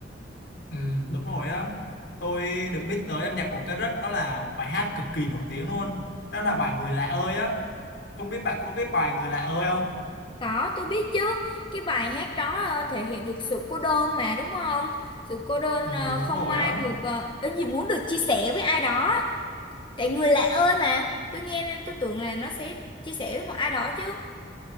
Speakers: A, on the left; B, on the left.
A: Ừ, đúng rồi á tôi được biết tới âm nhạc của Cà Rứt đó là bài hát cực kỳ nổi tiếng luôn đó là bài Người Lạ ơi á không biết bạn có biết bài Người Lạ ơi không
B: có tôi biết chứ cái bài hát đó ờ, thể hiện được sự cô đơn mà đúng không sự cô đơn
A: ừ,
B: ờ,
A: đúng
B: không
A: rồi
B: ai
A: á
B: được uh, gì muốn được chia sẻ với ai đó tại người lạ ơi mà tôi nghe nên tôi tưởng là nó sẽ chia sẻ với một ai đó chứ